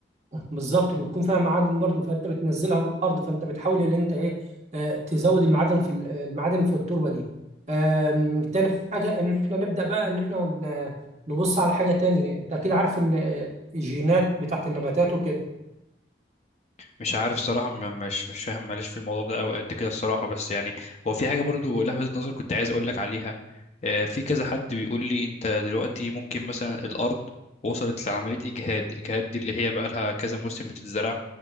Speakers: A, on the right; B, on the left.
A: بالظبط بيكون فيها معادن برضو فأنت بتنزلها في الأرض فأنت بتحاول إن أنت إيه آه، تزود المعادن في ال- المعادن في التربة دي آم، تاني حاجة إن إحنا نبدأ بقى إن إحنا ن- نبص على حاجة تانية أنت أكيد عارف إن آه، الجينات بتاعت النباتات وكده
B: مش عارف الصراحة م- مش مش فاهم ماليش في الموضوع ده أوي قد كده الصراحة بس يعني هو في حاجة برضو لفتت نظري كنت عايز أقولك عليها آه، في كذا حد بيقول لي أنت دلوقتي ممكن مثلا الأرض وصلت لعملية إجهاد إجهاد دي اللي هي بقى لها كذا موسم بتتزرع